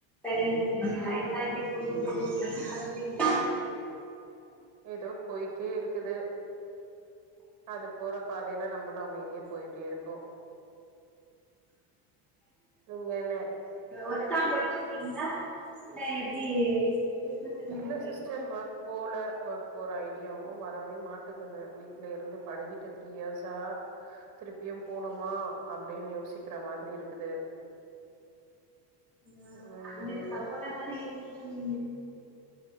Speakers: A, in the centre; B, on the right.
A: சரி சரிங்க நைட்டெல்லா அப்டியே தூக்கும் போது
B: அப்றோ
A: நீங்க என்னாப் பண்றீங்க
B: ஏதோ போயிட்டே இருக்குது அது போற பாதையெல்லா நம்மளு அமைதியே போயிட்டே இருக்கோ இங்கனே
A: ஒருத்தா போயிட்டு இருக்கீங்களா இல்ல எப்டி பிசினஸ் எதுவு
B: இல்ல
A: பண்றீங்களா
B: சிஸ்டர் வெ போல ஒர்க் போற ஐடியாவு வரவே மாட்டுங்குது வீட்ல இருந்து பழகிட்டு த்ரீ இயர்ஸா திருப்பியு போணுமா அப்டின்னு யோசிக்கிற மாதிரி இருக்குது
A: ஆ
B: ம்
A: அதுகிட்டு சப்போட்டா தானே இருந்